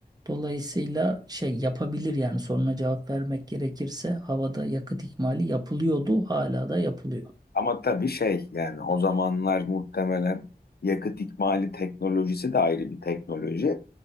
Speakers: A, on the right; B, on the left.
A: Dolayısıyla şey yapabilir yani soruna cevap vermek gerekirse havada yakıt ikmali yapılıyordu, hala da yapılıyor.
B: Ama tabii şey yani o zamanlar muhtemelen yakıt ikmali teknolojisi de ayrı bir teknoloji.